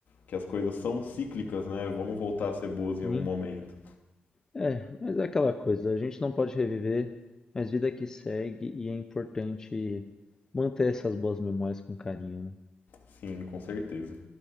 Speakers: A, on the left; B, on the left.
A: que as coisas são cíclicas, né, vão voltar a ser boas em
B: Sim.
A: algum momento.
B: É, mas é aquela coisa, a gente não pode reviver, mas vida que segue e é importante manter essas boas memórias com carinho, né?
A: Sim, com certeza.